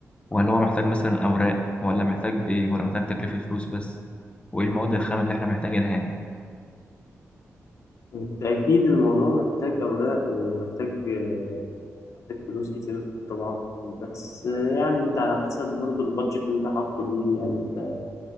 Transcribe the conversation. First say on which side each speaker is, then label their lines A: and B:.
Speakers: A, on the left; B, on the left.
A: ولا هو محتاج مثلا اوراق ولا محتاج ايه ولا محتاج تكلفه فلوس بس وايه المواد الخام اللي احنا محتاجينها يعني
B: بالتأكيد الموضوع محتاج أوراق ومحتاج آه، محتاج فلوس كتير طبعا بس آه، يعني أنت على حسب برضه البادجت اللي أنت حاطه ليه يعني أنت